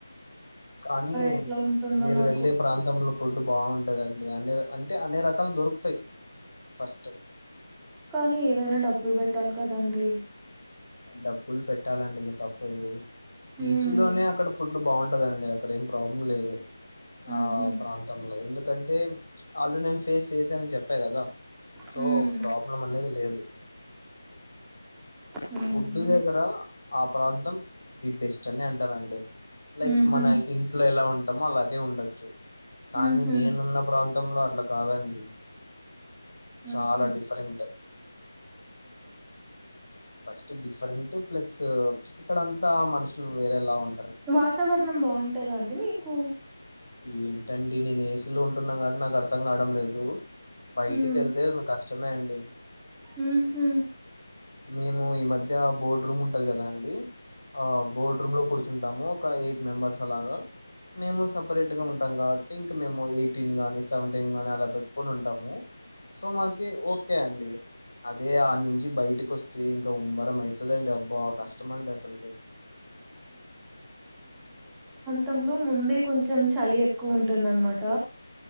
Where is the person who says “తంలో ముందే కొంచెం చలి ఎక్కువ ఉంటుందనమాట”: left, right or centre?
Centre